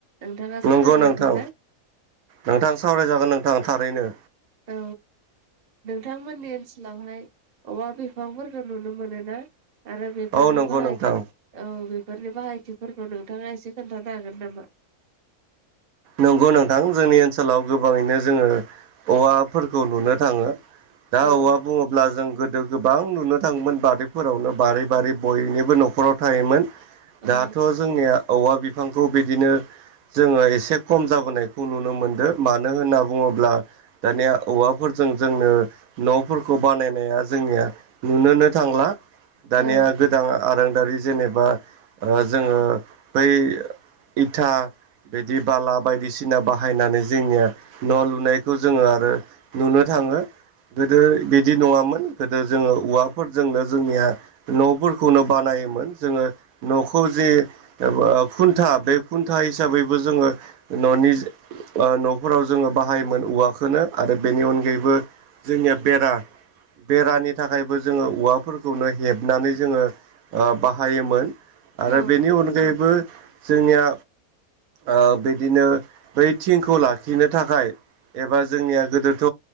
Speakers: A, on the right; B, on the right.
A: नोंथाङा सावरायनो
B: नंगौ नोंथां
A: हागोन ना
B: नोंथां सावरायजागोन नोंथांङा थारैनो।
A: औ। नोंथांमोननि ओनसोलावहाय औवा बिफांफोरखौ नुनो मोनो ना आरो बिफोरनि
B: औ नंगौ
A: बाहायथि
B: नोंथां
A: औ बेफोरनि बाहायथिफोरखो नोंथांङा एसे खोन्थानो हागोन नामा?
B: नंगौ नोंथां जोंनि ओनसोलाव गोबांङैनो जोंङो औवाफोरखौ नुनो थांङो। दा
A: औ
B: औवा बुंङोब्ला जों गोदो गोबां नुनो थांङोमोन बारिैफोरावनो बारि बारि बयनिबो न'खराव थायोमोन।
A: औ
B: दाथ' जोंनिया औवा बिफांखौ बिदिनो जोंङो एसे खम जाबोनायखौ नुनो मोनदों मानो होनना बुंङोब्ला दानिया औवाफोरजों जोंनो न'फोरखौ बानायनाया जोंनिया नुनोनो थांला दानिया
A: औ
B: गोदान आरांदारि जेनेबा ओ जोंङो बै इथा बिदि बाला बायदिसिना बाहायनानै जोंनिया न' लुनायखौ जोंङो आरो नुनो थांङो गोदो बिदि नंङामोन गोदो जोंङो औवाफोरजोंनो जोंनिया न'फोरखौनो बानायोमोन जोंङो न'खौ जि <unintelligible> खुन्था बे खुन्था हिसाबैबो जोंङो न'नि न'फोराव जोंङो बाहायोमोन औवाखौवनो आरो बेनि अनगायैबो जोंनिया बेरा बेरानि थाखायबो जोंङो औवाफोरखौनो हेबनानै जोंङो ओ बाहायोमोन। आरो
A: औ
B: बिनि अनगायैबो जोंनिया ओ बिदिनो बै थिंखौ लाखिनो थाखाय एबा जोंनिया गोदोथ'